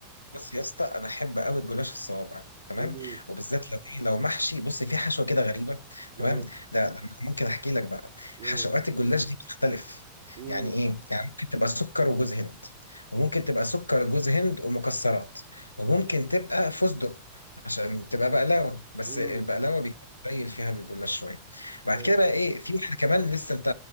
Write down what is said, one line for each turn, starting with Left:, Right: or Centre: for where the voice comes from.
Left: بص يا اسطى انا احب قوي الجلاش الصوابع تمام
Right: امم
Left: وبالذات لو ايه لو محشي بص في حشوه كده غريبه تمام
Right: ايوه
Left: ده ده أنا ممكن احكي لك بقى
Right: ايوه
Left: حشوات الجلاش دي بتختلف
Right: امم
Left: يعني ايه يعني ممكن تبقى سكر وجوز هند وممكن تبقى سكر وجوز هند ومكسرات وممكن تبقى فستق عشان تبقى بقلاوه بس
Right: امم
Left: البقلاوه بيكون قليل فيها الجلاش شويه بعد
Right: ايوه
Left: كده بقى ايه في واحده كمان لسه انت